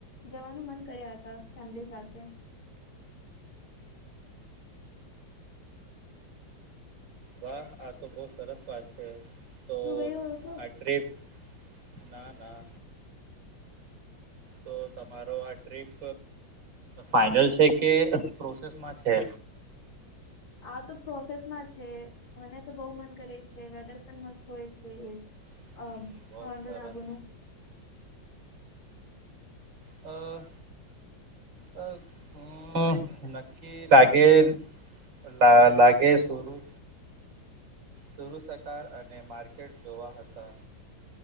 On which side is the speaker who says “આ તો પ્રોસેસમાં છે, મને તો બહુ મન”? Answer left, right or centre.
Left